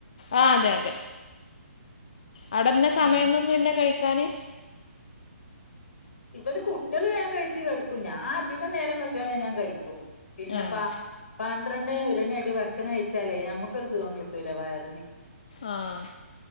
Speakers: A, on the left; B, on the left.
A: ആ അതെ അതെ അവടെന്നെ സമയൊന്നൊന്നുല്ല
B: ആഹ്
A: കഴിക്കാന്
B: ഇവല് കുട്ടിയേള് വേൻ കഴിച്ചു കെടക്കും. ഞാൻ അധികം നേരം വെക്കണെങ്ക ഞാൻ കഴിക്കും. പിന്നെ
A: ആഹ്
B: പ പന്ത്രണ്ട് ഒരണ്യായിട്ട് ഭക്ഷണം കഴിച്ചാലേ ഞമ്മക്കൊര് സുഖം കിട്ടൂല വയറിന്
A: ആഹ്